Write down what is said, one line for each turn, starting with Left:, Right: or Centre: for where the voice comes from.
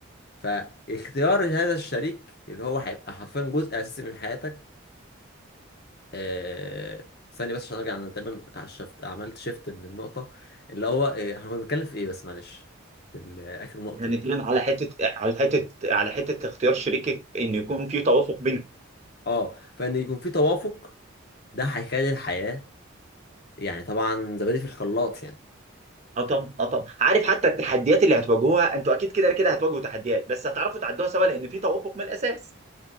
Left: فاختيار هذا الشريك اللي هو هيبقى حرفيا جزء اساسي من حياتك آه، ثانية بس عشان ارجع انا تقريبا شفت عملت شيفت من النقطة اللي هو آه، احنا كنا بنتكلم في ايه بس معلش في ال- اخر النقطة
Right: هنتكلم
Left: دي
Right: على حته على حته على حته اختيار شريكك ان يكون في توافق بينكم
Left: اه فان يكون في توافق ده هيخلي الحياة يعني طبعا زبادي في الخلاط يعني
Right: اه طبعا اه طبعا عارف حتى التحديات اللي هتواجهوها انتوا اكيد كده كده هتواجهوا تحديات بس هتعرفوا تعدوها سوا لان في توافق من الاساس